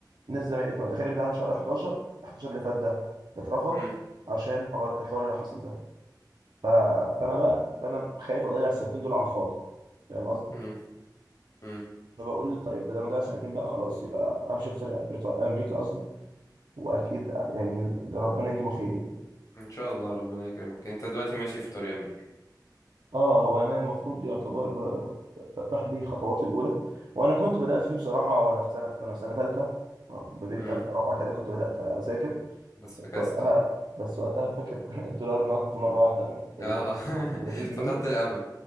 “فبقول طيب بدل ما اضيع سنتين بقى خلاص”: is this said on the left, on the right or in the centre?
Right